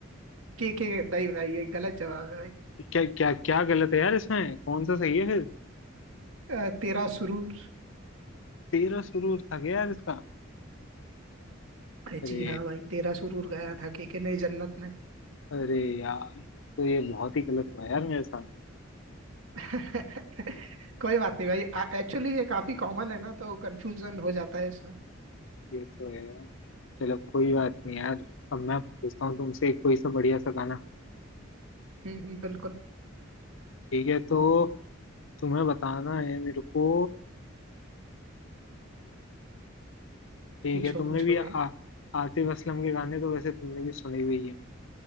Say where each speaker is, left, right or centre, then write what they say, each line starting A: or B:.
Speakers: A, on the right (about 85°); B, on the left (about 70°).
A: के के नहीं भाई ये गलत जवाब है
B: क्या क्या क्या गलत है यार इसमें कौन सा सही है फिर
A: अ, तेरा सुरूर
B: तेरा सुरूर था क्या यार इसका
A: अरे
B: अरे
A: जी हाँ भाई तेरा सुरूर गाया था केके ने जन्नत में
B: अरे यार तो ये बहुत ही गलत हुआ यार मेरे साथ
A: <laughs> कोई बात नहीं भाई एक्चुअली ये काफी कॉमन है ना तो कंफ्यूजन हो जाता है इसमें
B: ये तो है यार चलो कोई बात नहीं
A: हम्म
B: यार अब मैं पूछता हूँ तुमसे एक कोई सा बढ़िया सा गाना
A: हम्म, हम्म, बिल्कुल
B: ठीक है तो तुम्हें बताना है मेरे को ठीक
A: पूछो
B: है तुमने
A: पूछो
B: भी आ,
A: भाई
B: आतिफ असलम के गाने तो वैसे तुमने भी सुने हुए ही है